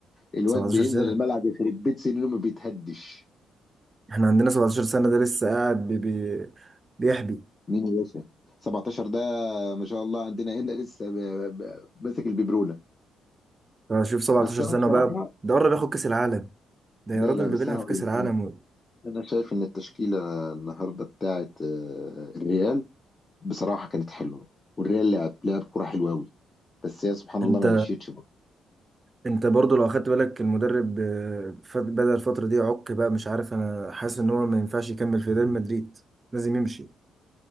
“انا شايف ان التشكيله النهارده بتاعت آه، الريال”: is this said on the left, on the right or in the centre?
Left